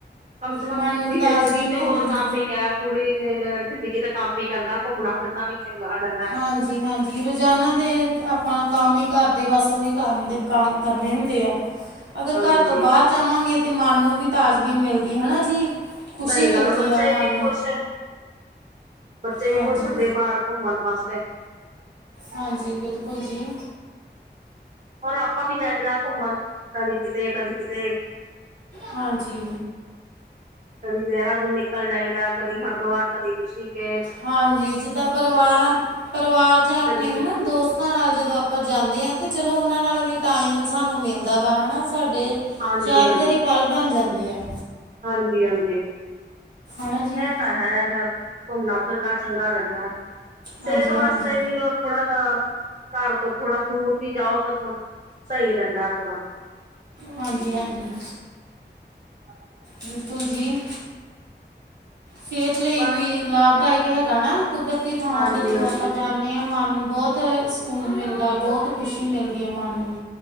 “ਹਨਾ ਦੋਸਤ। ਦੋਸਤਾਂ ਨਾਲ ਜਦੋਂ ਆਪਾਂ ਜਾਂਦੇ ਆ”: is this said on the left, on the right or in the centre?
Right